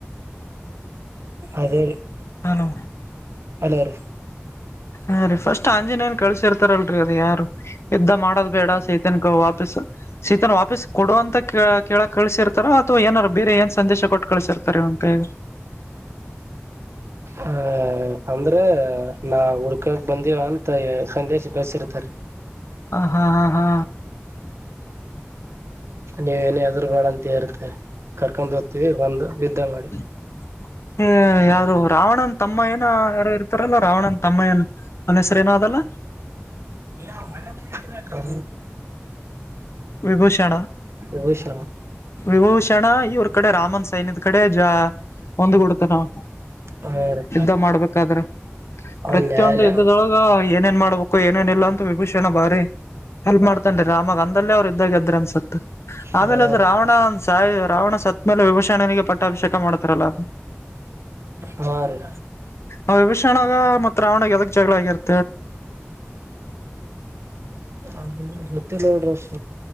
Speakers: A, on the right; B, on the left.
A: ಅದೇ
B: ಹಲೋ
A: ಅಲ್ಲರು
B: ಹಾ ರೀ ಫಸ್ಟ್ ಆಂಜನೇನ್ ಕಳ್ಸಿರ್ತಾರಲ್ರಿ ಅದು ಯಾರು ಎದ್ದ ಮಾಡದ್ ಬೇಡ ಸಹತ ತನಕ ವಾಪಸ್ ಶೀತನ್ ವಾಪಸ್ ಕೊಡಂತ ಕೇಳಕ್ ಕಳ್ಸಿರ್ತಾರ ಅಥವಾ ಏನಾರ ಬೇರೆ ಏನ್ ಸಂದೇಶ ಕೊಟ್ಟು ಕಳ್ಸಿರ್ತಾರೆ ಇವ್ನಿಕೈಗ್
A: ಹ ಅಂದ್ರೆ ನಾ ಹುಡ್ಕಕ್ ಬಂದೀಿವ ಅಂತ ಸಂದೇಶ ಕಳ್ಸಿರ್ತಾರ <unintelligible>
B: ಹ ಹಾ ಹಾ ಹಾ
A: ನೀವೇನ ಹೆದರು ಬಾಡ ಅಂತ ಹೇರ್ತ ಕರ್ಕೊಂಡ್ ಹೋಗದ್ತೀವಿ ಬಂದು.
B: <inaudible>
A: ಯುದ್ಧ ಮಾಡಿ
B: ಹ ಯಾರಿ ರಾವಣಂ ತಮ್ಮ ಏನ ಯಾರು ಇರ್ತಾರಲ್ಲ ರಾವಣ ತಮ್ಮನ್ ಅನ ಹೆಸರು ನ ಅದಲ್ಲ
A: <inaudible> ಪ
B: ವಿಭೂಷಣ
A: ಮಾಡಷ
B: ವಿಭೂಷಣ ಇವ್ರ ಕಡೆ ರಾಮನ್ ಸೈನ್ಯದ ಕಡೆ ಜ ಒಂದ್ಗೂಡತ ನಾವು
A: ಹಾ ರೀ
B: ಯುದ್ಧ ಮಾಡ್ಬೇಕಾದ್ರೆ
A: ಅವ್ನ್
B: ಪ್ರತಿಯೊಂದು
A: ನ್ಯಾಯಾಲ
B: ಯುದ್ಧದೊಳಗ ಏನೇನ್ ಮಾಡ್ಬೇಕು ಏನೇನ್ ಇಲ್ಲ ಅಂತ ವಿಭೂಷಣ ಬಾರಿ ಹೆಲ್ಪ್ ಮಾಡ್ತನ್ ರಾಮಾಗ ಅಂತ ಅಲ್ಲ. ಗ್ರ ಅನ್ಸ
A: ಹಾ
B: ಆಮೇಲೆ ಅದು
A: ರೀ
B: ರಾವಣಂದ ಸಾಯ ರಾವಣ ಸತ್ ಮೇಲೆ ವಿಭೂಷಣನಿಗೆ ಪಟ್ಟ ಅಭಿಷೇಕ ಮಾಡ್ತಾರಲ್ಲ
A: ಹಾ ರೀ
B: ಅದು ವಿಭೂಷಣ. ಕ್ಣ ಮತ್ ರಾವಣೆಗೆ ಅದಕ್ ಜಗಳ ಆಗತ್ತೆ
A: ಅದು ತಿ ರ <inaudible>